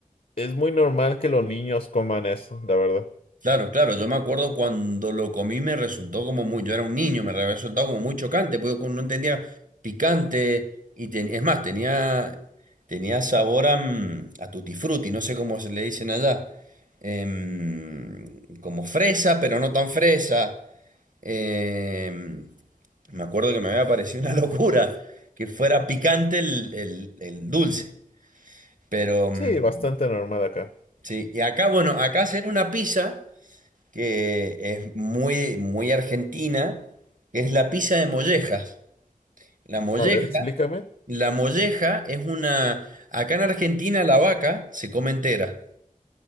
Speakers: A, on the left (about 75°); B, on the right (about 70°).
A: es muy normal que los niños coman eso, la verdad.
B: Claro, claro, yo me acuerdo cuando lo comí me resultó como muy, yo era un niño, me había resultado como muy chocante, porque como no entendía picante y ten- es más, tenía, tenía sabor a, mm, a tutti frutti, no sé cómo se le dicen allá, em, como fresa, pero no tan fresa. em, me acuerdo que me había parecido una <laughs> locura que fuera picante el, el- el dulce, pero mm,
A: Sí, bastante normal acá.
B: sí, y acá, bueno, acá hacer una pizza que es muy, muy argentina, que es la pizza de mollejas. La molleja,
A: A ver, explícame.
B: la molleja es una, acá en Argentina la vaca se come entera.